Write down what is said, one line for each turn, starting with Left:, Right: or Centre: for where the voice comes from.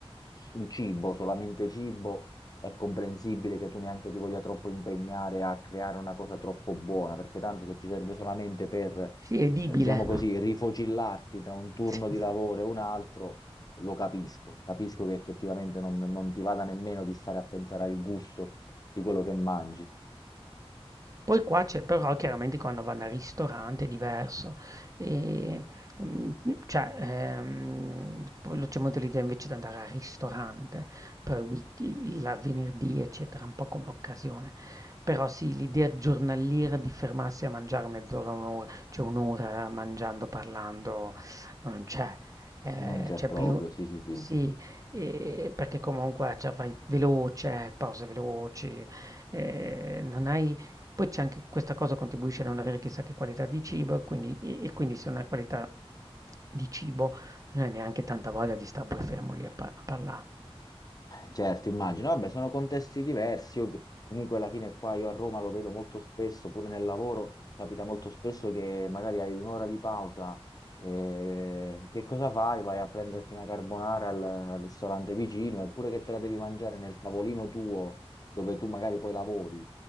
Left: il cibo solamente cibo, è comprensibile che tu neanche ti voglia troppo impegnare a creare una cosa troppo buona, perché tanto se ti serve solamente per,
Right: sì, è edibile.
Left: eh, diciamo così, rifocillarti tra un turno
Right: <laughs>
Left: di lavoro e un altro, lo capisco. Capisco che effettivamente non, non ti vada nemmeno di stare a pensare al gusto di quello che mangi.
Right: Poi qua c'è però chiaramente quando vanno al ristorante è diverso, e, mm, cioè ehm, quello c'è molto l'idea invece di andare al ristorante per il week- il- il venerdì eccetera, un po' come occasione. Però sì, l'idea giornaliera di fermarsi a mangiare mezz'ora, un'ora, cioè un'ora mangiando, parlando, non c'è. Eh,
Left: Non c'è
Right: c'è
Left: proprio,
Right: più,
Left: sì, sì, sì.
Right: sì, eh, perché comunque cioè, vai veloce, pause veloci, eh, non hai poi c'è anche questa cosa contribuisce a non avere chissà che qualità di cibo e quindi, e- e quindi se non hai qualità di cibo non hai neanche tanta voglia di stare poi fermo lì a, pa- a parlare.
Left: Certo, immagino. Vabbè, sono contesti diversi. Io, comunque alla fine qua io a Roma lo vedo molto spesso, pure nel lavoro, capita molto spesso che magari hai un'ora di pausa. eh, che cosa fai? Vai a prenderti una carbonara al, al ristorante vicino, eppure che te la devi mangiare nel tavolino tuo, dove tu magari poi lavori.